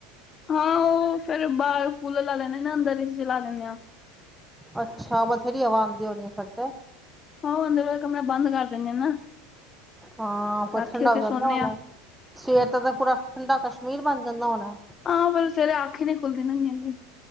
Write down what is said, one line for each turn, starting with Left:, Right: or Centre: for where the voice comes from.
Left: ਹਾਂ ਓ ਫੇਰ ਬਾਰ ਕੂਲਰ ਲਾ ਲੈਂਨੇ ਆ ਨਾ ਅੰਦਰ ਏਸੀ ਚਲਾ ਲੈਨੇ ਆਂ।
Centre: ਅੱਛਾ ਬਥੇਰੀ ਹਵਾ ਆਂਦੀ ਹੋਣੀ ਏ ਫੇਰ ਤੇ।
Left: ਹਾਂ ਓ ਅੰਦਰ ਫੇਰ ਕਮਰਾ ਬੰਦ ਕਰ ਦੇਨੇ ਆ ਨਾ।
Centre: ਹਾਂ ਕੋਈ
Left: ਰਾਤੀ
Centre: ਠੰਡਾ
Left: ਉੱਥੇ
Centre: ਹੋ ਜਾਂਦਾ
Left: ਸੋਨੇ
Centre: ਹੋਨੈ
Left: ਆ
Centre: ਸਵੇਰ ਤੱ ਤਾਂ ਪੂਰਾ ਠੰਡਾ ਕਸ਼ਮੀਰ ਬਨ ਜਾਂਦਾ ਹੋਨੈ।
Left: ਹਾਂ ਫੇਰ ਸਵੇਰੇ ਅੱਖ ਈ ਨੀ ਖੁੱਲਦੀ ਨਾ ਏਨੀ ਜਲਦੀ